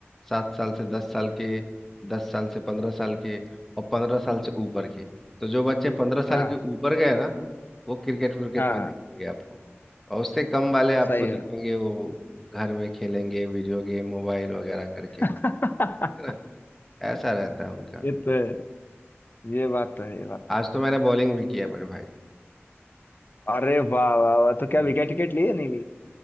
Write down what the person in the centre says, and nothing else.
सात साल से दस साल के दस साल से पंद्रह साल के और पंद्रह साल से ऊपर के तो जो बच्चे पंद्रह साल
के ऊपर गए ना वो क्रिकेट विकेट
में
दिखेंगे आपको और उससे कम वाले आपको
दिखेंगे
वो घर में खेलेंगे वीडियो गेम मोबाइल वगैरह करके
है ना ऐसा रहता है उनका
आज
तो मैंने बॉलिंग भी किया मेरे भाई
बॉलिंग